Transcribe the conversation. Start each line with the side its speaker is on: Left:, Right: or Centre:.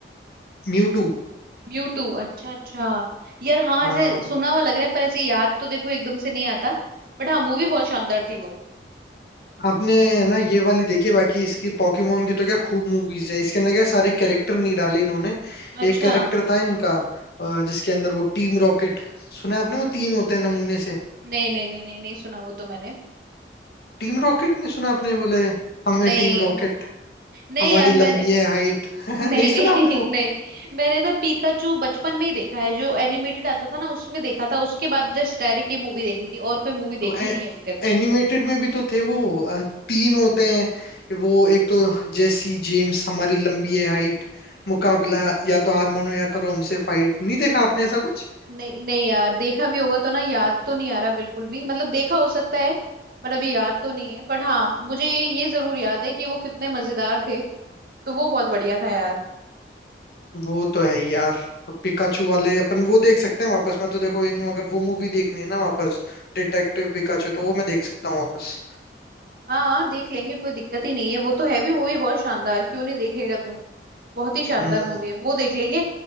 Left: म्यूटू
Right: म्यूटू अच्छा अच्छा यार हाँ
Left: हाँ
Right: ऐसे सुना हुआ लग रहा है पर ऐसे याद तो देखो एकदम से नहीं आता बट हाँ मूवी बहुत शानदार थी वो
Left: आपने ना ये वाली देखी बाकी इसकी पॉकीमोन की तो क्या खूब मूवीज है इसके अंदर क्या सारे कैरेक्टर नहीं डाले इन्होंने
Right: अच्छा
Left: एक कैरेक्टर था इनका अ, जिसके अंदर वो टीम रॉकेट सुना है आपने वो तीन होते हैं नमूने से
Right: नहीं नहीं नहीं नहीं नहीं सुना वो तो मैंने
Left: टीम रॉकेट नहीं सुना आपने बोले हमें
Right: नहीं
Left: टीम रॉकेट
Right: नहीं
Left: हमारी
Right: यार
Left: लंबी
Right: मैंने
Left: है हाइट <laughs>
Right: नहीं
Left: नहीं
Right: नहीं
Left: सुना आपने वो
Right: <laughs> नहीं मैंने ना पीकाचू बचपन में ही देखा है जो एनिमेटेड आता था ना उसमें देखा था उसके बाद जस्ट डायरेक्ट ये मूवी देखी थी और कोई मूवी
Left: तो
Right: देखी नहीं है अभी
Left: एनिमेटेड में भी तो थे वो अ, तीन होते हैं वो एक तो जेसी जेम्स हमारी लंबी है हाइट मुकाबला या तो हार मानो या करो हमसे फाइट नहीं देखा
Right: तक
Left: आपने ऐसा कुछ
Right: नहीं नहीं यार देखा भी होगा तो ना याद तो नहीं आ रहा बिल्कुल भी मतलब देखा हो सकता है पर अभी याद तो नहीं है बट हाँ मुझे ये ये जरूर याद है कि वो कितने मजेदार थे तो वो बहुत बढ़िया था यार
Left: वो तो है ही यार पिकाचू वाले अपन वो देख सकते हैं वापस मैं तो देखो इन अगर वो मूवी देखनी है ना वापस डिटेक्टिव पिकाचू तो वो मैं देख सकता हूँ वापस
Right: हाँ हाँ देख लेंगे कोई दिक्कत ही नहीं है वो तो है भी मूवी बहुत शानदार क्यों नहीं देखेगा तू बहुत ही शानदार
Left: हम्म,
Right: मूवी है वो देख लेंगे